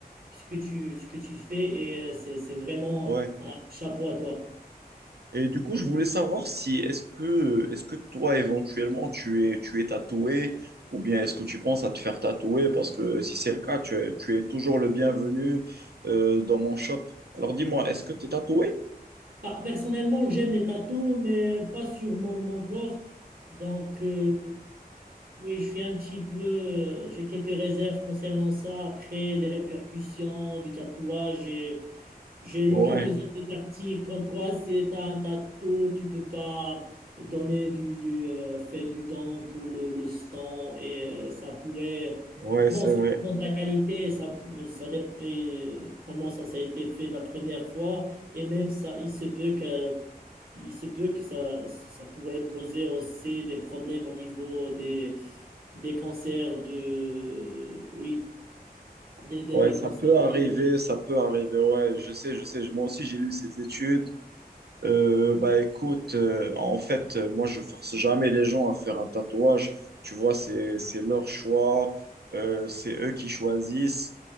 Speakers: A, on the right; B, on the right.
A: ce que tu ce que tu fais et euh, c'est c'est vraiment
B: ouais.
A: un chapeau à toi.
B: Et du coup, je voulais savoir si est-ce que est-ce que toi éventuellement tu es tu es tatoué ou bien est-ce que tu penses à te faire tatouer parce que si c'est le cas, tu es, tu es toujours le bienvenu euh, dans mon shop. Alors dis-moi, est-ce que tu es tatoué?
A: Pa- Personnellement, j'aime les tatous, mais pas sur mon, mon corps. Donc, euh, oui, je suis un petit peu. euh, J'ai quelques réserves concernant ça. Après, les répercussions du tatouage et j'ai lu
B: Ouais,
A: quelques articles comme quoi c'est un tatou, tu peux pas donner du, du euh, fait du don pour le, le sang et euh, ça pourrait.
B: ouais,
A: Bon,
B: c'est
A: ça
B: vrai.
A: dépend de la qualité, ça, pour- ça dé- et comment ça, ça a été fait la première fois et même ça, il se peut que, il se peut que ça, ça pourrait poser aussi des problèmes au niveau des, des cancers de. Oui, des, des,
B: Ouais,
A: des
B: ça
A: cancers.
B: peut arriver,
A: des-
B: ça peut arriver. Ouais, je sais, je sais. Moi aussi, j'ai lu ces études. Euh, bah écoute, euh, en fait, euh, moi je force jamais les gens à faire un tatouage. Tu vois, c'est c'est leur choix, euh, c'est eux qui choisissent.